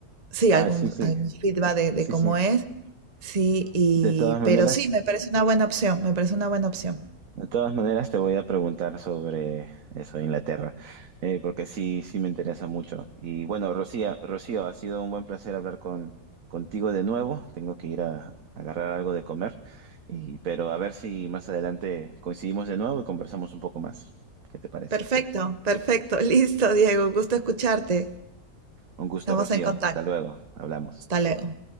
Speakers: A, on the right; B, on the right.
A: sí,
B: ah,
A: algún,
B: sí, sí,
A: algún feedback de, de
B: sí,
A: cómo
B: sí.
A: es. Sí, y,
B: De todas maneras.
A: pero sí, me parece una buena opción, me parece una buena opción.
B: De todas maneras, te voy a preguntar sobre eso, Inglaterra, eh, porque sí, sí me interesa mucho. Y bueno, Rocía, Rocío, ha sido un buen placer hablar con, contigo de nuevo. Tengo que ir a, a agarrar algo de comer, y, pero a ver si más adelante coincidimos de nuevo y conversamos un poco más. ¿Qué te parece?
A: Perfecto, perfecto, <laughs> listo, Diego, gusto escucharte.
B: Un gusto,
A: Estamos
B: Rocío.
A: en contacto.
B: Hasta luego. Hablamos.
A: Hasta luego.